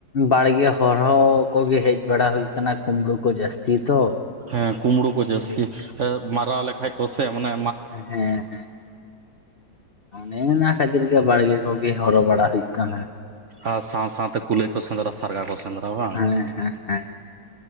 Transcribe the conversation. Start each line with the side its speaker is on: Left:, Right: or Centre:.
Left: ᱵᱟᱲᱜᱮ ᱦᱚᱨᱦᱚ ᱠᱚᱜᱮ ᱦᱮᱡ ᱵᱟᱲᱟ ᱦᱩᱭ ᱠᱟᱱᱟ ᱠᱩᱢᱵᱽᱲᱩ ᱠᱚ ᱡᱟᱹᱥᱛᱤ ᱛᱚ
Right: ᱦᱮᱸ ᱠᱩᱢᱲᱩ ᱠᱚ
Left: ᱦᱮᱸ
Right: ᱡᱟᱹᱥᱛᱤ ᱢᱟᱨᱟᱣ ᱞᱮᱠᱷᱟᱡ ᱠᱚ ᱥᱮ ᱚᱱᱮ
Left: ᱦᱮᱸ ᱦᱮᱸ ᱦᱮᱸ ᱦᱮᱸ ᱚᱱᱮ ᱠᱷᱟᱹᱛᱤᱨ ᱜᱮ ᱵᱟᱲᱜᱮ ᱠᱚᱜᱮ ᱦᱚᱨᱚ ᱵᱟᱲᱟ ᱦᱩᱭᱩᱜ ᱠᱟᱱᱟ
Right: ᱟᱨ ᱥᱟᱶ ᱥᱟᱶᱛᱮ ᱠᱩᱞᱟᱹᱭ ᱠᱚ ᱥᱮᱸᱫᱽᱨᱟ ᱥᱮ ᱥᱟᱨᱜᱟ ᱠᱚ ᱥᱮᱸᱫᱽᱨᱟ ᱵᱟᱝ
Left: ᱦᱮᱸ ᱦᱮᱸ ᱦᱮᱸ